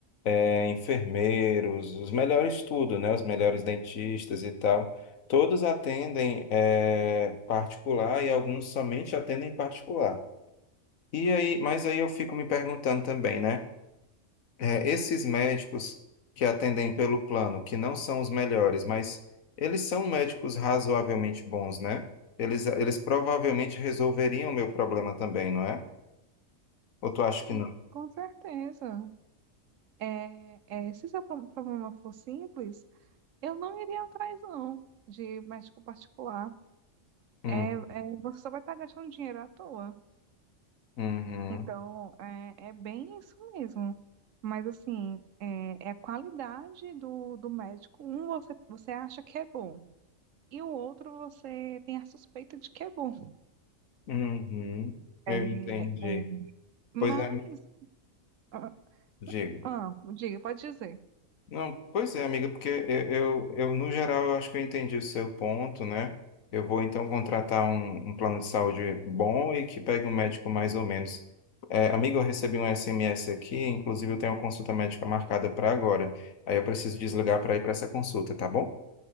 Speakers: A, on the left (about 75°); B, on the right (about 70°).
A: eh, enfermeiros, os melhores tudo, né? Os melhores dentistas e tal, todos atendem eh, particular e alguns somente atendem particular. E aí, mas aí eu fico me perguntando também, né? É, esses médicos que atendem pelo plano, que não são os melhores, mas eles são médicos razoavelmente bons, né? Eles, eles provavelmente resolveriam o meu problema também, não é? Ou tu acha
B: Sim,
A: que não?
B: com certeza. É, é, se seu pro- problema for simples, Eu não iria atrás, não, de médico particular.
A: Hum,
B: É, é, você só vai estar gastando dinheiro à toa.
A: Uhum,
B: Então, é, é bem isso mesmo. Mas, assim, é, é a qualidade do, do médico. Um você, você acha que é bom, e o outro você tem a suspeita de que é bom.
A: uhum, eu
B: É,
A: entendi.
B: é. mas,
A: Pois é,
B: ah,
A: diga.
B: ah, diga, pode dizer.
A: Não, pois é, amiga, porque eu, eu, eu, no geral, eu acho que eu entendi o seu ponto, né? Eu vou então contratar um, um plano de saúde bom e que pegue um médico mais ou menos. É, amiga, eu recebi um SMS aqui, inclusive eu tenho uma consulta médica marcada para agora. Aí eu preciso desligar para ir para essa consulta, tá bom?